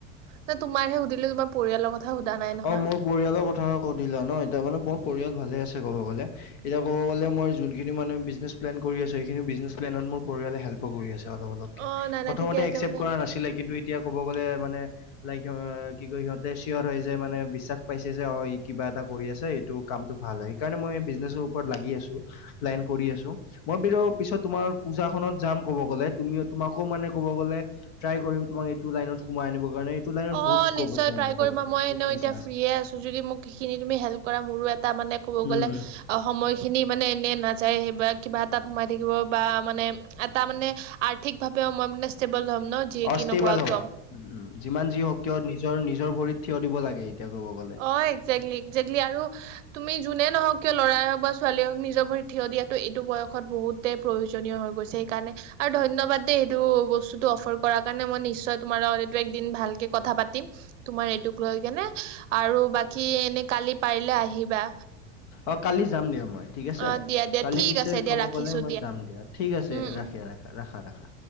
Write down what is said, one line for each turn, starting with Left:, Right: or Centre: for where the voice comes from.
Right: <unintelligible> তোমাৰহে সুধিলো, তোমাৰ পৰিয়ালৰ কথা সোধা নাই নহয়।
Left: অ মোৰ পৰিয়ালৰ কথা আকৌ কৈদিলা ন', এয়া মানে মোৰ পৰিয়াল ভালে আছে ক'ব গ'লে। এতিয়া কব গলে মই যোনখিনি মানে বিজনেছ প্লেন কৰি আছো, সেইখিনি বিজনেছ প্লেনত মোৰ পৰিয়ালে হেল্প <unintelligible> অলপ অলপকে,
Right: অ' নাই
Left: প্ৰথমতে
Right: নাই ঠিকে আছে
Left: একচেপ
Right: মানে
Left: কৰা নাছিলে কিন্তু এতিয়া ক'ব গ'লে মানে লাইক, কি কয় সিহতে <unintelligible> মানে বিশ্বাস পাইছে যে অ', ই কিবা এটা কৰি আছে এইটো কামটো ভাল হয়, সেইকাৰণে মই বিজনেছো ওপৰত লাগি আছো, লাইন কৰি আছো। মই <unintelligible> পিছত তোমাৰ পূজাখনত যাম কব গ'লে, তুমি তোমাকো মানে ক'ব গ'লে ট্ৰাই কৰিম তোমাক এইটো লাইনত সোমাই আনিব কাৰণে, এইটো লাইনত
Right: অ'
Left: বহুত স্কপ
Right: নিশ্চয়
Left: আছে
Right: ট্ৰাই
Left: মানে ক'ব
Right: কৰিবা
Left: গ'লে
Right: মই
Left: বহুত
Right: এনে
Left: পইচা
Right: এতিয়া
Left: আছে।
Right: ফ্ৰিয়ে আছোঁ যদি মোক সেইখিনি তুমি হেল্প কৰা মোৰো এটা মানে ক'ব
Left: উম,
Right: গ'লে
Left: উম।
Right: অ', সময় খিনি মানে এনেই নাযায় সেইব কিবা এটাত সোমাই থাকিব বা মানে তাৰ মানে আৰ্থিকভাৱেও মই মানে ষ্টেবল হ'ম ন যিয়ে
Left: অষ্টেবল
Right: কি নকোৱা
Left: হ'বা।
Right: ক
Left: উম, উম, যিমান যি হওক কিয় নিজৰ-নিজৰ ভৰিত থিয় দিব লাগে এতিয়া ক'ব গ'লে।
Right: হয় একজেক্টলি - একজেক্টলি আৰু তুমি যোনে নহওক কিয় লৰাই হওক বা ছোৱালীয়ে হওক নিজৰ ভৰিত থিয় দিয়াটো এইটো বয়সত বহুত তে প্ৰয়োজনীয় হৈ গৈছে সেইকাৰণে আৰু ধন্যবাদ দেই সেইটো বস্তুটো অফাৰ কৰাৰ কাৰণে মই নিশ্চয় তোমাৰ লগত এইটো একদিন ভালকে কথা পাতিম তোমাৰ এইটোক লৈ কেনে আৰু বাকী এনে কালি পাৰিলে আহিবা।
Left: অ কালি যাম দিয়া মই। ঠিক আছে,
Right: অ দিয়া দিয়া
Left: কালি
Right: ঠিক
Left: পিছে
Right: আছে দিয়া
Left: ক'ব
Right: ৰাখিছো
Left: গ'লে মই যাম দিয়া ঠিক আছে,
Right: উম
Left: ৰাখি
Right: উম
Left: ৰাখা ৰাখা ৰাখা ৰাখা।